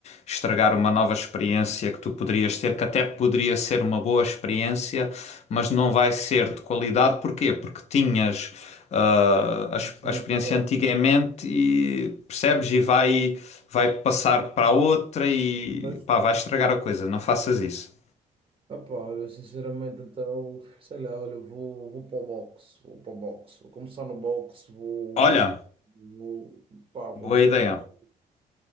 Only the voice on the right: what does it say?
Não
estou
lá.
Pois, pois.
Ah pá, olha, sinceramente, então, sei lá, olha, eu vou, vou para o boxe, vou para o boxe, vou começar no boxe, vou,
vou, pá, vou
tirar,
pá.